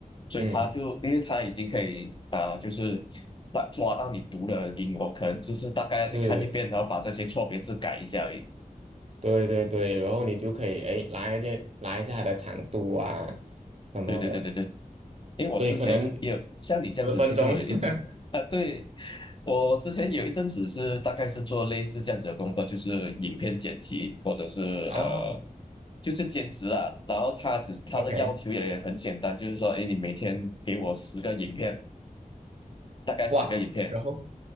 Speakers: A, on the left (about 35°); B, on the right (about 50°).
A: 所以他就因为他已经可以啊、
B: 嗯，
A: 就是把抓到你读的音，我可能就是大概要去看一遍，
B: 是，
A: 然后把这些错别字改一下而已。
B: 对对对，然后你就可以哎拉一点拉一下它的长度啊什么的，
A: 对对对对对。因为我之前也有像你这样子，
B: 所以可能十分钟
A: 其实我有一张
B: <laughs>
A: <laughs> 啊，对，我之前有一阵子是大概是做类似这样子的工作，就是影片剪辑或者是呃，
B: 啊
A: 就是兼职啦。然后他只他的要求也很简单，
B: ，OK，
A: 就是说，哎，你每天给我十个影片，大概十个影片，
B: 哇，然后